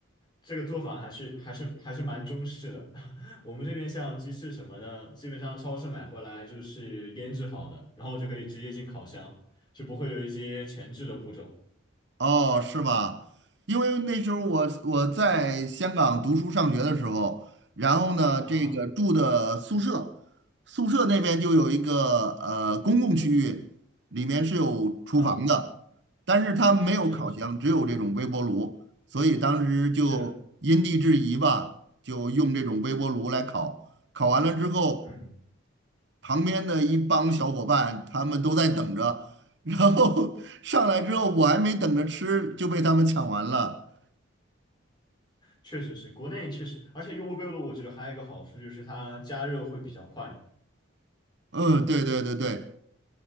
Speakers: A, on the left (about 20°); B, on the right (about 55°).
A: 这个做法还是还是还是蛮中式的。<laughs> 我们这边像鸡翅什么的，基本上超市买回来就是腌制好的，然后就可以直接进烤箱，就不会有一些前置的步骤。
B: 哦，是吧？因为那时候我我在香港读书上学的时候，然后呢，
A: 啊
B: 这个住的宿舍，宿舍那边就有一个呃公共区域，里面是有厨房的，
A: 啊，
B: 但是它没有烤箱，
A: 是的，是的，
B: 只有这种微波炉，所以当时就因地制宜吧，
A: 是的，
B: 就用这种微波炉来烤。烤完了之后，
A: 嗯，
B: 旁边的一帮小伙伴，他们都在等着，然后 <laughs> 上来之后，我还没等着吃就被他们抢完了。
A: 确实是，国内确实，而且用微波炉，我觉得还有一个好处就是它加热会比较快。
B: 嗯，对对对对，